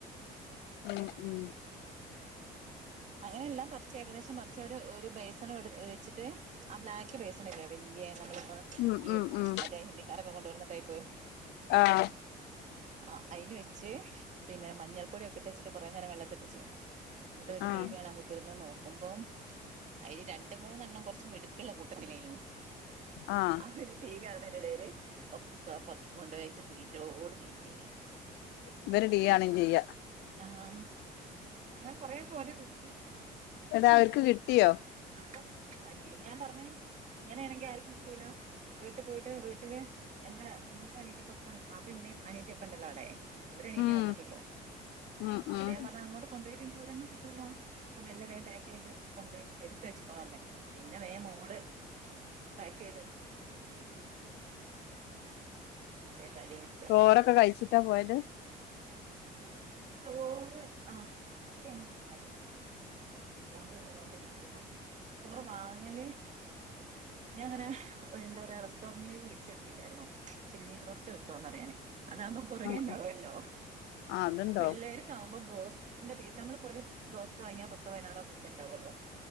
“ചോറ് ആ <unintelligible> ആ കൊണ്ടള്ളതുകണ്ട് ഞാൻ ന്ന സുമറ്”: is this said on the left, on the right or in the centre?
Right